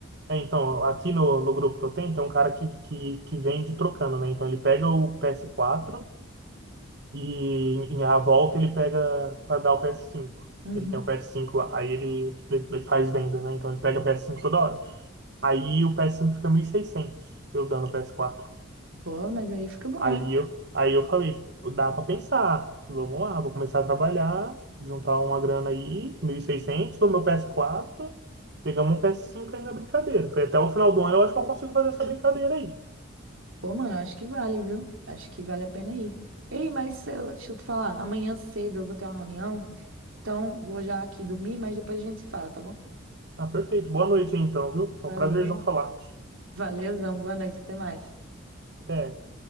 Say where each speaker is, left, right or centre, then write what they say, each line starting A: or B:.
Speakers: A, on the right; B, on the right.
A: É, então, aqui no, no grupo que eu tenho, tem um cara que, que, que vende trocando, né? Então ele pega o PS4 e em a volta ele pega para dar o PS5.
B: Uhum.
A: Ele tem o PS5 lá, aí ele, ele faz venda, né? Então ele pega o PS5 toda hora. Aí o PS5 fica 1.600 eu dando o PS4.
B: Pô, mas aí fica bom,
A: Aí
B: hein?
A: eu, aí eu falei, dá pra pensar. Vamos lá, vou começar a trabalhar, juntar uma grana aí, 1.600 do meu ps quatro pegamos um ps cinco aí na brincadeira. Foi até o final do ano, eu acho que eu consigo fazer essa brincadeira aí.
B: Pô, mano, acho que vale, viu? Acho que vale a pena ir. Ei, mas se eu, deixa eu te falar, amanhã cedo eu vou ter uma reunião, então vou já aqui dormir, mas depois a gente se fala, tá bom?
A: Ah, perfeito. Boa noite aí, então, viu? Foi
B: Valeu,
A: um prazerzão falar.
B: valeu, boa noite, até mais.
A: Até.